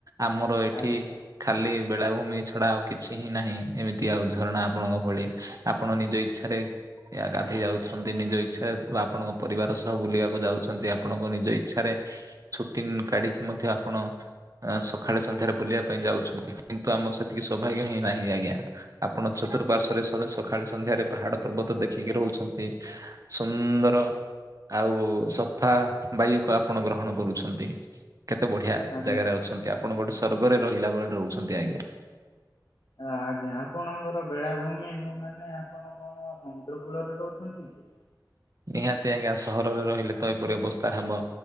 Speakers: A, on the right; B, on the left.
A: ଆମର ଏଠି
B: ଆଜ୍ଞା।
A: ଖାଲି ବେଳାଭୂମି ଛଡା ଆଉ କିଛି ହିଁ ନାହିଁ ଏମିତି ଆଉ ଝରଣା ଆପଣଙ୍କ ଭଳି ଆପଣ ନିଜ ଇଚ୍ଛାରେ ଗାଧେଇ ଯାଉଛନ୍ତି ନିଜ ଇଚ୍ଛାରେ ବା ଆପଣଙ୍କ ପରିବାର ବୁ ବୁଲିବାକୁ ଯାଉଛନ୍ତି ଆପଣଙ୍କ ନିଜ ଇଚ୍ଛାରେ ଛୁଟି କାଢିକି ମଧ୍ୟ ଆପଣ ସକାଳେ ସନ୍ଧ୍ୟାରେ ବୁଲିବା ପାଇଁ ଯାଉଛନ୍ତି କିନ୍ତୁ ଆମର ସେତିକି ସୌଭାଗ୍ୟ ହିନାହିଁ ଆଜ୍ଞା। ଆପଣ ଚତୁର୍ଃପାଶ୍ବରେ ସକାଳେ ସନ୍ଧ୍ୟାରେ ପାହାଡ ପର୍ବତ ଦେଖିକି ରହୁଛନ୍ତି। ସୁନ୍ଦର ଆଉ ସଫା ବାୟୁକୁ ଆପଣ ଗ୍ରହଣ କରୁଛନ୍ତି। କେତେ ବଢିଆ
B: ଆଜ୍ଞା
A: ଜାଗାରେ ଅଛନ୍ତି ଆପଣ ଗୋଟେ ସ୍ବର୍ଗରେ ରହିଲା ଭଳି ରହୁଛନ୍ତି ଆଜ୍ଞା।
B: ଆଜ୍ଞା ଆପଣଙ୍କର ବେଳାଭୂମି ମାନେ ଆପଣ କଣ ସମୁଦ୍ର କୂଳରେ ରହୁ ଛନ୍ତି କି
A: ନିହାତି ଆଜ୍ଞା ସହରରେ ରହିଲେ ତ ଏପରି ଅବସ୍ଥା ହବ।